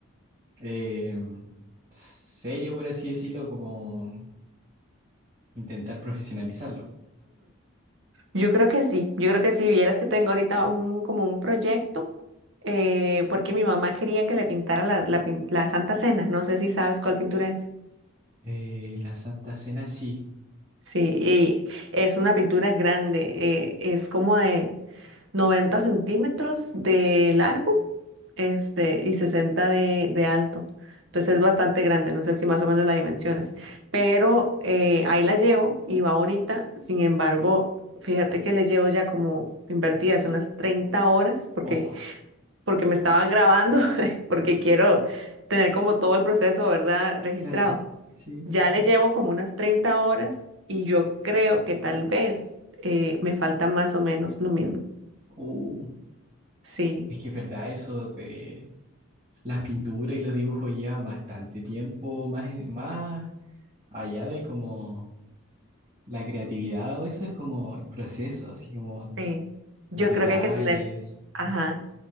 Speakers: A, on the right (about 30°); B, on the right (about 65°).
A: eh, serio, por así decirlo, como intentar profesionalizarlo.
B: Yo creo que sí, yo creo que sí, vieras que tengo ahorita un, como un proyecto, eh, porque mi mamá quería que le pintara la, la, pin- la Santa Cena, no sé si sabes cuál pintura es.
A: Eh, la Santa Cena, sí.
B: Sí, y es una pintura grande, eh, es como de, 90 centímetros de largo, este, y 60 de, de alto. Entonces es bastante grande, no sé si más o menos la dimensionas, pero eh, ahí la llevo y va bonita. Sin embargo, fíjate que le llevo ya como invertidas unas 30 horas porque,
A: Oh,
B: porque me estaba grabando, <laughs> porque quiero tener como todo el proceso, ¿verdad? Registrado.
A: claro, sí.
B: Ya le llevo como unas 30 horas y yo creo que tal vez eh, me falta más o menos lo mismo.
A: Uh,
B: Sí.
A: es que es verdad eso de las pinturas y los dibujos llevan bastante tiempo, más, en- más allá de como la creatividad o eso es como el proceso, así como
B: Sí, yo
A: los detalles.
B: creo que hay que tener, ajá,
A: eso.